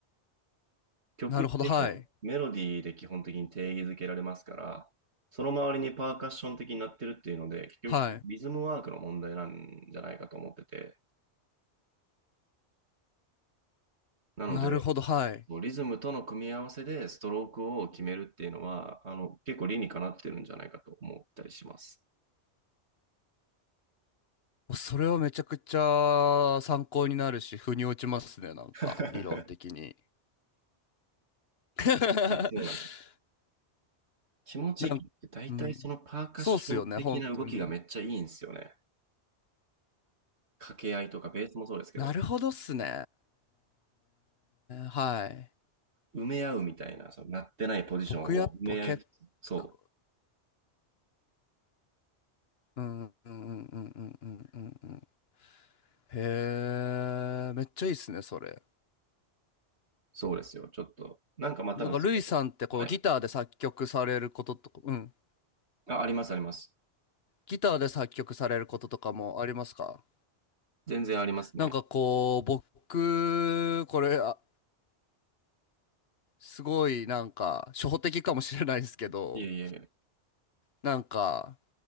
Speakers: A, on the right; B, on the left.
A: 曲っていうのはメロディーで基本的に定義づけられますから、
B: なるほど、はい。
A: その周りにパーカッション的になってるっていうので、結局そのリズムワークの問題なんじゃないかと思ってて、
B: はい。
A: なので、
B: なるほど、はい。
A: リズムとの組み合わせでストロークを決めるっていうのは、あの、結構理にかなってるんじゃないかと思ったりします。
B: それはめちゃくちゃ参考になるし、腑に落ちますね、なんか、
A: <laughs>
B: 理論的に。<laughs>
A: いや、そうなんですよ。気持ちいいって大体そのパーカッション的な動きがめっちゃいいんですよね。
B: なんかうん。そうっすよね、本当に。
A: 掛け合いとかベースもそうですけど、
B: なるほどっすね。はい。
A: 埋め合うみたいな、そのなってないポジションを埋め合いつつ、
B: 僕やっぱ結構、
A: そう、
B: うんうんうんうんうんうんうんうん。へえ、めっちゃいいっすね、それ。
A: そうですよ。ちょっと、なんかまあ多分それ、
B: なんか、ルイさんってこう、
A: はい。
B: ギターで作曲されることとか、うん。
A: あ、あります、あります。
B: ギターで作曲されることとかもありますか
A: 全然ありますね。
B: なんかこう、僕、これ、あ、すごいなんか、初歩的かもしれないですけど、
A: いえいえ。
B: なんか、